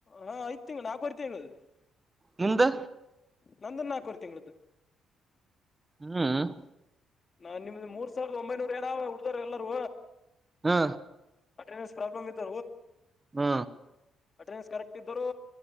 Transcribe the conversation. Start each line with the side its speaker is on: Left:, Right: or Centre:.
Left: ಹಾ ಐತ್ ತಿಂಗಳು ನಾಕುರ್ತ <unintelligible>
Right: ನಿಂದು
Left: ನಂದು ನಾಲ್ಕವರು ತಿಂಗಳ್ದು
Right: ಹ್ಮ್
Left: ನಾನ್ ನಿಮ್ದ ಮೂರ್ ಸಾವಿರದ ಒಂಬೈನೂರ ಏನ ಹುಡ್ದಾರ ಎಲ್ಲಾರೂ
Right: ಹಾ
Left: ನ್ಸ್ ಪ್ರಾಬ್ಲಮ್ ಇತ
Right: ಹ್ಮ
Left: ಅಟೆಂಡೆನ್ಸ್ ಕರೆಕ್ಟ್ ಇದರು